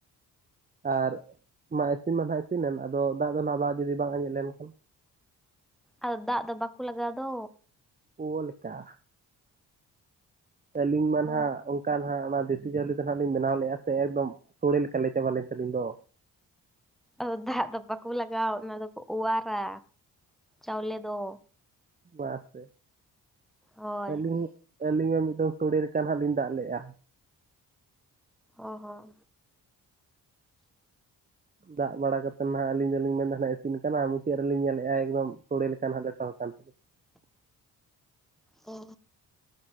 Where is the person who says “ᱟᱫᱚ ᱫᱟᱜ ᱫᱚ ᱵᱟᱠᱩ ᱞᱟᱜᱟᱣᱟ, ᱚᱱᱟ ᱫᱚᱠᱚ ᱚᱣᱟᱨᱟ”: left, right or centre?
Centre